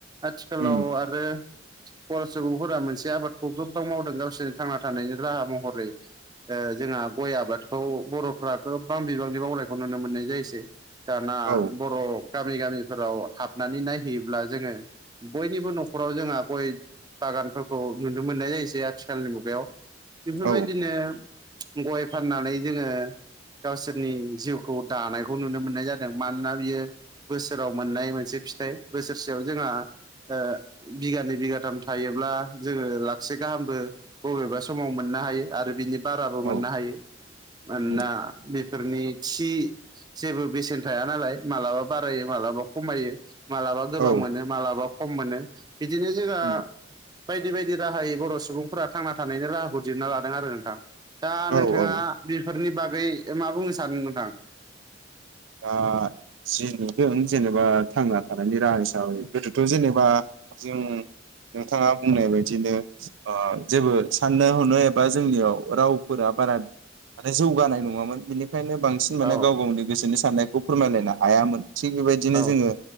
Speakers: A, on the right (about 20°); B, on the right (about 80°).
A: आथिखालाव
B: उम
A: आरो बर' सुबुंफोरा मोनसे आबादखौ गोबां मावदों गावसोरनि थांना थानायनि राहा महरै ओ जोंहा गय आबादखौ बर'फ्राथ' गोबां बिबांनि मावनायखौ नुनो मोननाय जायोसै दाना
B: औ
A: बर' गामि गामिफोराव हाबनानै नायहैयोब्ला जोङो बयनिबो न'खराव जोंहा गय बागानफोरखौ नुनो मोननाय जायोसै आथिखालनि मुगायाव बेफोरबायदिनो
B: औ
A: गय फाननानै जोङो गावसोरनि जिउखौ दानायखौ नुनो मोननाय जादों मानोना बियो बोसोराव मोननाय मोनसे फिथाइ बोसोरसेयाव जोंहा ओ बिगानै बिगाथाम थायोब्ला जोङो लाकसे गाहामबो बबेबा समाव मोननो हायो आरो बिनि बाराबो मोननो
B: औ
A: हायो मानोना
B: उम
A: बेफोरनि थि जेबो बेसेन थाया नालाय मालाबा बारायो मालाबा खमायो। मालाबा गोबां
B: औ
A: मोनो मालाबा खम मोनो बिदिनो जोंहा
B: उम
A: बायदि बायदि राहायै बर' सुबुंफोरा थांना थानायनि राहाखौ दिहुनना लादों आरो नोंथां। दा
B: औ
A: नोंथाङा
B: औ
A: बेफोरनि बागै मा बुंनो सानो नोंथां?
B: दा जि नुदों जेनेबा थांना थानायनि राहा हिसाबै गोदोथ' जेनेबा जों नोंथाङा बुंनाय बायदिनो ओ जेबो साननो हनो एबा जोंनियाव रावफोरा बारा माने जौगानाय नङामोन बेनिखायनो बांस सिन माने
A: औ
B: गाव गावनि गोसोनि साननायखौ फोरमायलायनो हायामोन थिग बेबायदिनो
A: औ
B: जोङो